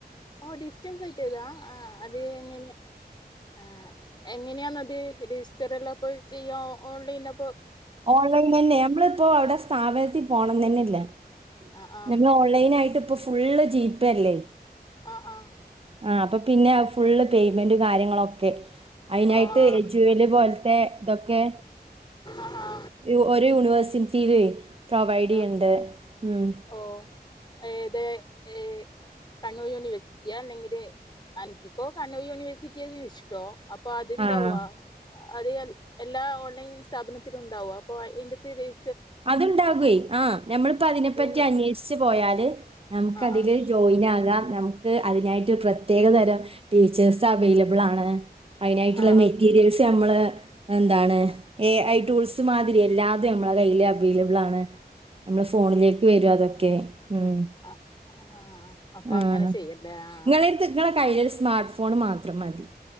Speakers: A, on the left; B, on the right.
A: ഓ ഡിസ്റ്റൻസായിട്ട് എഴ്താ ആഹ് അതെങ്ങെനെയ്യാ? ആഹ് എങ്ങനെയാന്ന് അത് രജിസ്റ്ററ് ചെയ്യാം ഓൺലൈൻ അപ്പോ
B: ഓൺലൈൻ അന്നെ നമ്മളിപ്പോ അവടെ സ്ഥാപനത്തി പോണന്നന്നെ ഇല്ലാ.
A: ആഹ് ആഹ്
B: <unintelligible> ലൈനായിട്ട് ഇപ്പൊ ഫുള്ള് ജീപേ അല്ലേ?
A: ആഹ് ആഹ്.
B: ആഹ് അപ്പൊ പിന്നെ ഫുളള് പേയ്മെന്റ് കാര്യങ്ങളൊ ഓക്കെ അയിനായിട്ട്
A: ഓ ആഹ്
B: എജു വെൽ പോലത്തെ ഇതൊക്കെ
A: ആഹാ.
B: ഇയോരൂ യൂണിവേഴ്സിറ്റില് പ്രൊവൈഡ്യ്യ്ണ്ട്
A: ആഹ്
B: ഉം
A: ഓ. ഏതേ ഏഹ്. കണ്ണൂർ യൂണിവേഴ്സിറ്റിയ അല്ലെങ്കില് അനിക്കിപ്പോ കണ്ണൂർ യൂണിവേഴ്സിറ്റിയാ ഇഷ്ടോ. അപ്പൊ അത് ഇണ്ടാവ്വ.
B: ആഹ്
A: അത് എല് എല്ലാ ഓൺലൈൻ സ്ഥാപനത്തിലും ഉണ്ടാവും അപ്പൊ അയിന്റാത്ത് രെയ്
B: അത് ഇണ്ടാകുവെയ്യ് ആഹ്. ഞമ്മളിപ്പോ അതിനെപ്പറ്റി
A: യൂണിവേഴ്സ്
B: അന്വേഷിച്ച് പോയാല് ഞമ്മക്ക്
A: ആഹ്
B: അതില്
A: ആഹ്
B: ജോയിൻ ആകാം ഞ ക്ക് അതിനായിട്ട് പ്രത്യകതരം ടീച്ചേഴ് അവൈലബിളാണ് അയിനായിട്ടോള്ള
A: ആഹ്
B: മെറ്റീറിയെൽ സ് ഞമ്മള് എന്താണ് എ ഐ ടൂൾസ് മാതിരി എല്ലാതേം നമ്മളെ കയ്യില് അ അവൈലബിളാണ് നമ്മളെ ഫോണിലേക്ക്
A: ആഹ്
B: വരും അതൊക്കെ ഉം.
A: ആഹ് ആഹ് ആഹ് അപ്പൊ
B: ആഹ്
A: അങ്ങനെ ചെയ്യല്ലേ ആഹ്
B: നിങ്ങളെ എട്ത്ത് നിങ്ങടെ കയ്യില് സ്മാർട്ട് ഫോണ് മാത്രം മതി.